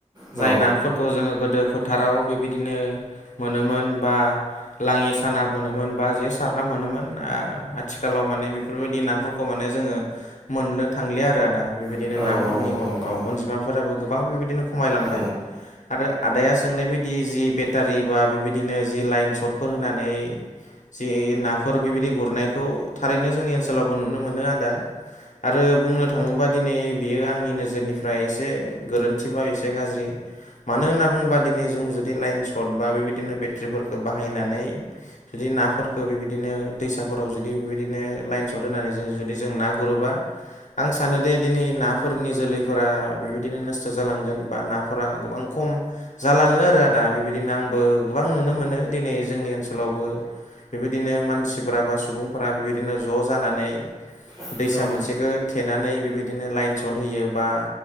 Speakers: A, on the right; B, on the left.
A: औ
B: जाय नाफोर खौ जोङो गोदो फोथाराव बेबायदिनो मोनोमोन बा लाङि साना मोनोमोन बा जे सारना मोनोमोन आथिखालाव माने बेफोरबायदि नाफोरखौ माने जोङो मोननो थांलिया आरो आदा बेबायदिनो
A: औ औ
B: नाफोरनि अ-अ-अनजिमाफोराबो
A: नंगौ
B: गोबां बेबायदिनो खमायलांबाय।
A: उम,
B: आरो आदाया सोंनाय बदि जि बेटारि बा बेबायदिनो जि लाइन सटफोर होनानै जि नाफोर बेबायदि गुरनायखौ थारैनो जोंनि ओनसोलावबो नुनो मोनो आदा आरो बुंनो बुंनो थाङोबा दिनै बियो आंनि नोजोरनिफ्राय एसे गोरोन्थि बा एसे गाज्रि मानो होनना बुङोबा दिनै जों जुदि लाइन सर्ट बा बेबायदिनो बेट्रिफोरखौ बाहायनानै जुदि नाफोरखो बेबायदिनो दैसाफोराव जुदि बेबायदिनो लाइन सट होनानै ज जुदि जों ना गुरोबा आं सानो दे दिनै ना नाफोरनि जोलैफोरा बेबायदिनो नस्थ' जालांगोन बा नाफोरा गोबां खम जालाङो आरो आदा बेबायदिनो आंबो गोबां नुनो मोनो दिनै जोंनि ओनसोलावबो बेबायदिनो मानसि मानसिफोरा बा सुबुंफोरा बेबायदिनो ज' जानानै
A: उम,
B: दैसा
A: औ
B: मोनसेखौ थेनानै बेबायदिनो लाइन सट होयो बा